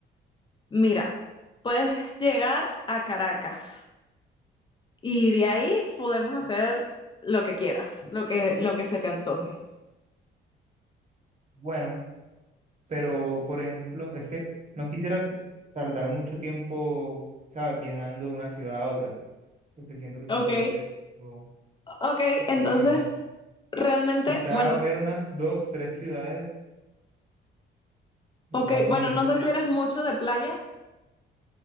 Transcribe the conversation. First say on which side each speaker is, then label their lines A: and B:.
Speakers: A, on the left; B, on the right.
A: Mira, puedes llegar a Caracas. Y de ahí podemos hacer lo que quieras, lo que, lo que se te antoje.
B: Bueno, pero por ejemplo, es que no quisiera t- tardar mucho tiempo, ¿sabes? Viajando de una ciudad a otra, porque siento que se
A: Ok,
B: pierde mucho,
A: Ok,
B: mucho
A: entonces,
B: tiempo.
A: realmente,
B: Quizá
A: bueno,
B: ver unas dos, tres ciudades, lo
A: ok,
B: más bonito.
A: bueno, no sé si eres mucho de playa,